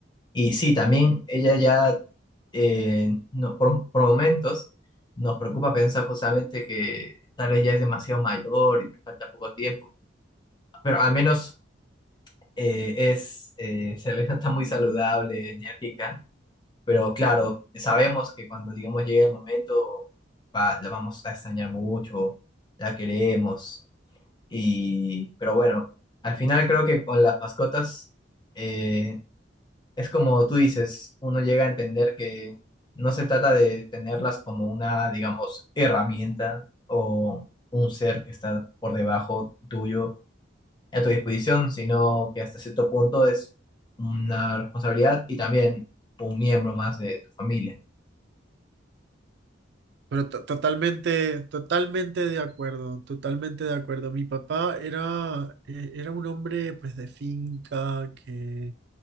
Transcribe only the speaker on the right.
Pero to- totalmente, totalmente de acuerdo, totalmente de acuerdo. Mi papá era, eh, era un hombre pues de finca que